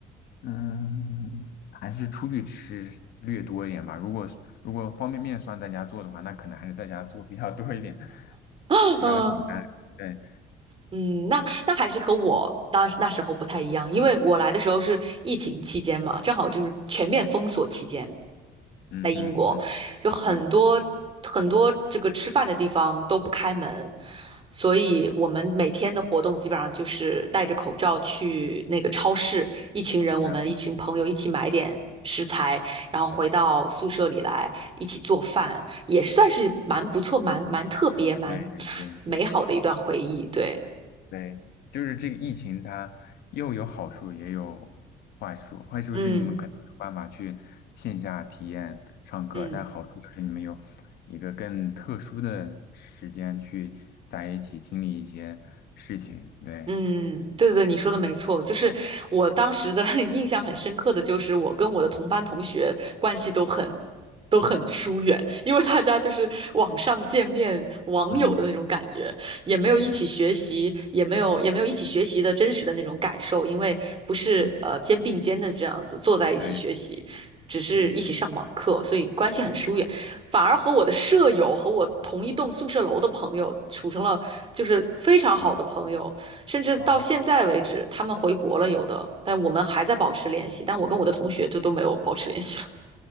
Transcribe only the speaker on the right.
<laughs>
嗯
嗯，那那还是和我那那时候不太一样，因为我来的时候是疫情期间嘛，正好就是全面封锁期间，
在英国有很多很多这个吃饭的地方都不开门，
所以我们每天的活动基本上就是戴着口罩去那个超市，一群人我们一群朋友一起买点食材，
然后回到宿舍里来一起做饭，也算是蛮不错、蛮蛮特别、蛮
<sniffs> 美好的一段回忆，对。
嗯嗯，
嗯，对对对，你说的没错，就是我当时的 <laughs> 印象很深刻的就是我跟我的同班同学关系都很都很疏远，因为大家就是网上见面网友的那种感觉，
也没有一起学习，
也没有也没有一起学习的真实的那种感受，因为不是呃肩并肩的这样子坐在一起学习，
只是一起上网课，
所以关系很疏远。
反而和我的舍友和我同一栋宿舍楼的朋友处成了就是非常好的朋友。
甚至到现在为止，
他们回国了有的，但我们还在保持联系。但我跟我的同学就都没有保持联系了。